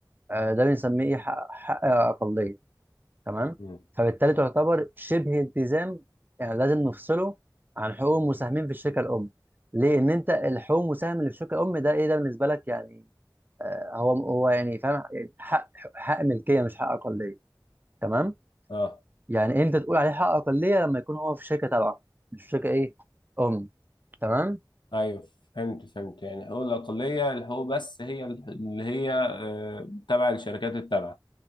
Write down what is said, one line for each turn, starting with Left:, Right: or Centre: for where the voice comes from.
Right: آه، ده بنسميه إيه؟ حق, حق أقلية تمام؟
Left: مم.
Right: فبالتالي تعتبر شبه التزام يعني لازم نفصله عن حقوق المساهمين في الشركة الأم ليه؟ إن أنت الحقوق المساهم اللي في الشركة الأم ده إيه ده بالنسبة لك يعني آه، هو هو يعني فاهم يعني حق حق ملكيه مش حق اقليه تمام
Left: اه
Right: يعني انت تقول عليه حق اقليه لما يكون هو في شركه تبعه مش في شركه ايه ام تمام
Left: ايوه فهمت فهمت يعني حقوق الاقليه الحقوق بس هي اللي هي آه، تبع الشركات التابعه